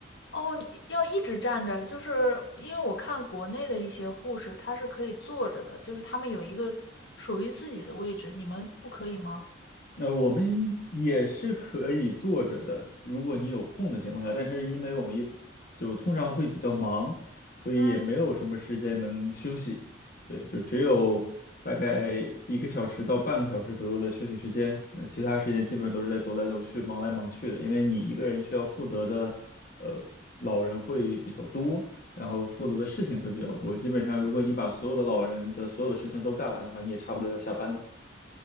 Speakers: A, on the left; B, on the left.
A: 哦，你要一直站着，就是因为我看国内的一些护士，她是可以坐着的，就是他们有一个属于自己的位置，你们不可以吗？
B: 呃，我们也是可以坐着的，如果你有空的情况下，但是因为我们一就通常会比较忙，所以也没有什么时间能休息。
A: 嗯。
B: 对，就只有大概一个小时到半个小时左右的休息时间，那其他时间基本上都是在走来走去、忙来忙去的。因为你一个人需要负责的，呃，老人会比较多，然后负责的事情会比较多。基本上，如果你把所有的老人的所有的事情都干完的话，你也差不多要下班了。